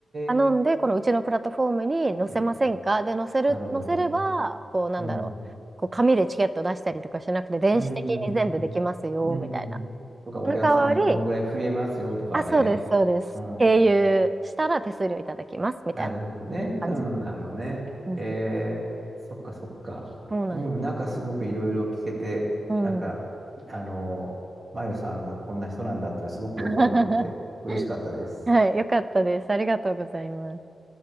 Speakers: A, on the right (about 25°); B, on the right (about 40°).
A: 頼んで、
B: え。
A: このうちのプラットフォームに載せませんかで、
B: うん
A: 載せる、
B: なるほどね。
A: 載せれば、こう、なんだろう。
B: うん。
A: こう、紙でチケット出したりとかしなくて、電子的に全部できますよ、
B: うん。うん。う
A: みたいな。
B: ん。とか、お客さんがこのぐらい増えますよとかね。
A: その代わり、あ、そうです、そうです。
B: うん。
A: 経由したら手数料いただきます、みたいな
B: なるほどね。
A: 感じ。
B: うん。なるほどね。
A: うん。
B: えー、そっかそっか。
A: そうなんです。
B: うん。なんかすごくいろいろ聞けて、
A: うん。
B: なんか、あの、まゆさんがこんな人なんだってのはすごくよくわかって、
A: <laughs>
B: 嬉しかったです。
A: はい、よかったです。ありがとうございます。